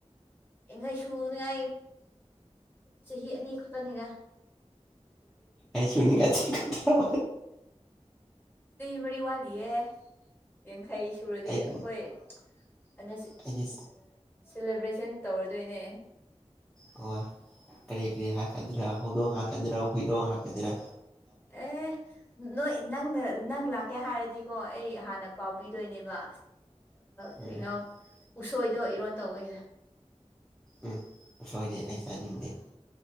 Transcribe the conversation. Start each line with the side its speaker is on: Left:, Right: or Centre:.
Left: ꯑꯦꯡꯈꯥꯏ ꯁꯨꯅꯉ ꯆꯍꯤ ꯑꯅꯤ ꯈꯛꯇꯅꯤꯒ
Centre: ꯁꯅꯤꯒꯁꯤ ꯀꯗꯣ
Left: ꯃꯔꯤ ꯋꯥ ꯁꯤꯤ ꯑꯦ ꯌꯥꯡꯈꯩ ꯁꯨꯔꯗꯤ
Centre: ꯑꯩ
Left: ꯑꯩꯈꯣꯏ
Centre: ꯑꯩꯗꯤ
Left: ꯁꯦꯂꯦꯕ꯭ꯔꯦꯁꯟ ꯇꯧꯔꯗꯣꯏꯅꯦ
Centre: ꯑꯣ ꯀꯔꯤ ꯀꯔꯤ ꯍꯥꯀꯗꯔꯥ ꯍꯧꯗꯣꯡ ꯍꯥꯀꯗ꯭ꯔꯥ ꯍꯨꯏꯗꯣꯡ ꯍꯥꯥꯛꯀꯗꯔꯥ
Left: ꯑꯦ ꯅꯣꯏ ꯅꯪꯅ ꯅꯪ ꯂꯥꯛꯀꯦ ꯍꯥꯏꯔꯗꯤꯀꯣ ꯑꯩ ꯍꯥꯟꯅ ꯄꯥꯎ ꯄꯤꯗꯣꯏꯅꯦꯕ ꯀꯩꯅꯣ
Centre: ꯎꯝ
Left: ꯎꯁꯣꯏꯗꯣ ꯏꯔꯣꯟ ꯇꯧꯋꯦ
Centre: ꯎꯝ ꯑꯁꯣꯏꯗꯤ ꯑꯩ ꯆꯥꯅꯤꯡꯗꯦ